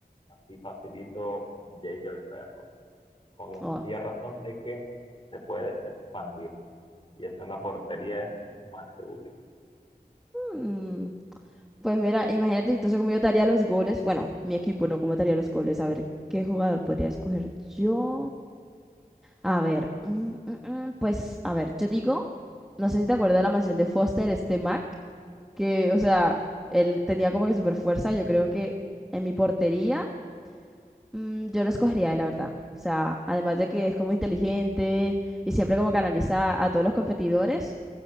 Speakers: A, on the left; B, in the centre.
A: así facilito Jake el perro. con la
B: Oh.
A: sencilla razón de que se puede expandir. Y eso en la portería es más que útil.
B: Mm, Pues mira, imagínate entonces cómo yo te haría los goles. Bueno, mi equipo no, cómo te haría los goles. A ver, ¿qué jugador podría escoger yo? A ver, mm, mm, mm, pues, a ver, yo digo, no sé si te acuerdas de la mansión de Foster, este Mac, que, o sea, él tenía como que super fuerza. Yo creo que en mi portería, mm, yo lo escogería, a él, la verdad. O sea, además de que es como inteligente y siempre como canaliza a todos los competidores.